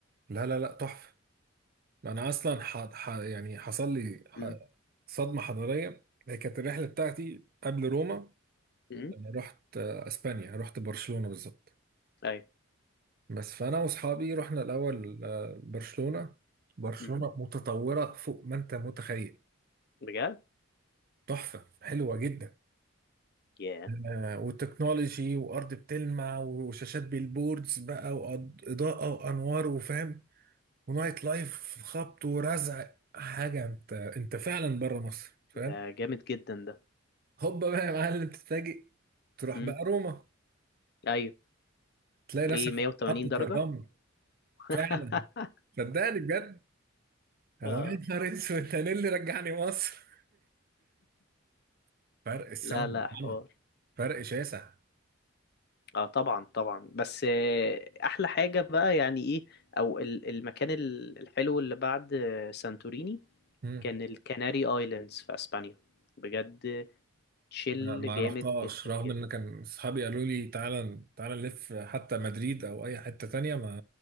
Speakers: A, on the right; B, on the left.
A: لا لا لا تحفة ما انا اصلا ح... ح... يعني حصل لي ح...
B: م.
A: صدمة حضارية هي كانت الرحلة بتاعتي قبل روما
B: م.
A: انا رحت آه، اسبانيا رحت برشلونة بالظبط
B: ايوه
A: بس فانا واصحابي رحنا الاول آه، برشلونة برشلونة
B: م.
A: متطورة فوق ما انت متخيل
B: بجد
A: تحفة حلوة جدا
B: ياه
A: آه، والتكنولوجي وارض بتلمع وشاشات بالبوردز بقى واضاءة وانوار وفاهم ونايت لايف خبط ورزع حاجه انت انت فعلا بره مصر فاهم
B: ده جامد جدا ده
A: هوبا بقى يا معلم تتفاجئ تروح
B: م.
A: بقى روما
B: ايوه
A: تلاقي نفسك
B: ايه 180
A: في محطه
B: درجة
A: الرمل
B: <laughs>
A: فعلا صدقني بجد انا
B: اه
A: يا نهار اسود انا اللي رجعني مصر <laughs> فرق السما
B: لا لا حوار
A: فرق شاسع
B: اه طبعا طبعا بس آه، احلى حاجة بقى يعني ايه او ال- المكان ال- الحلو اللي بعد آه، سانتوريني
A: مم.
B: كان الكناري ايلاندز في اسبانيا بجد تشيل
A: ما ما
B: جامد
A: رحتهاش
B: جدا
A: رغم
B: جدا
A: ان كان اصحابي قالوا لي تعالى تعالى نلف حتى مدريد او اي حته تانية ما